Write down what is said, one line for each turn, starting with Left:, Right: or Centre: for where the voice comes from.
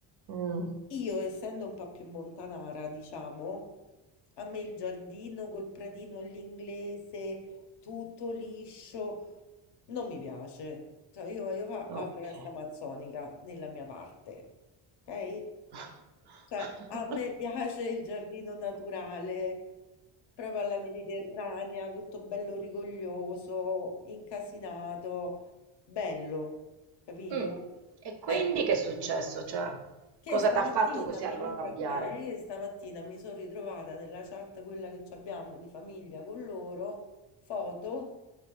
Right: Mm.
Left: Io, essendo un po' più montanara, diciamo, a me il giardino col pratino all'inglese, tutto liscio, non mi piace. Cioè, io voglio fare
Right: Ok.
Left: la foresta amazzonica nella mia parte, ok?
Right: <laughs>
Left: Cioè, a me piace il giardino naturale, proprio alla mediterranea, tutto bello rigoglioso, incasinato, bello, capito?
Right: Mm. E quindi
Left: Eh,
Right: che è successo? Cioè,
Left: che
Right: cosa
Left: stamattina
Right: ti ha fatto così
Left: mi,
Right: arrabbiare?
Left: ritro- eh, stamattina mi sono ritrovata nella chat, quella che ci abbiamo di famiglia con loro, foto